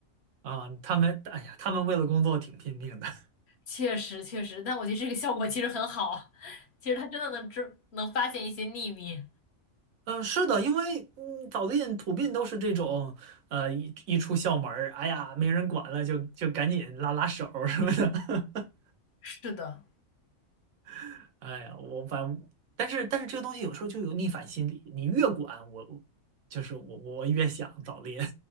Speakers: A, on the right (about 80°); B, on the left (about 60°).
A: 啊，他们，哎呀，他们为了工作挺拼命的。<laughs>
B: 确实确实，但我觉得这个效果其实很好，<laughs> 其实他真的能知能发现一些秘密。
A: 嗯，是的，因为嗯，早恋普遍都是这种，呃，一一出校门儿，哎呀，没人管了，就就赶紧拉拉手儿什么的。
B: 是的，
A: <laughs> 哎呀，我反正，但是但是这个东西有时候就有逆反心理，你越管我，我就是我我越想早恋